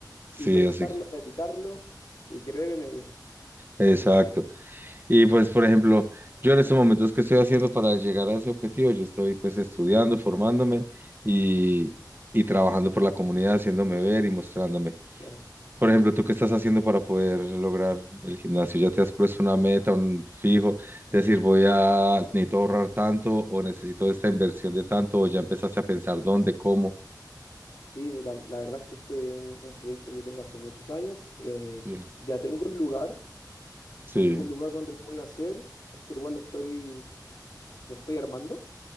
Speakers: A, on the right; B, on the left.
A: sí,
B: y pensarlo,
A: así.
B: meditarlo y creer en ello.
A: Exacto. Y pues, por ejemplo, yo en estos momentos, ¿qué estoy haciendo para llegar a ese objetivo? Yo estoy pues estudiando, formándome y, y trabajando por la comunidad, haciéndome ver y mostrándome.
B: Claro.
A: Por ejemplo, ¿tú qué estás haciendo para poder lograr el gimnasio? ¿Ya te has puesto una meta, un fijo? Decir, voy a, necesito ahorrar tanto o necesito esta inversión de tanto o ya empezaste a pensar dónde, cómo.
B: Sí, mira, la verdad es que este es un, un proyecto que tengo hace muchos años. Eh,
A: Sí,
B: ya tengo un lugar,
A: sí.
B: tengo un lugar donde lo voy a hacer. Este lugar lo estoy, lo estoy armando,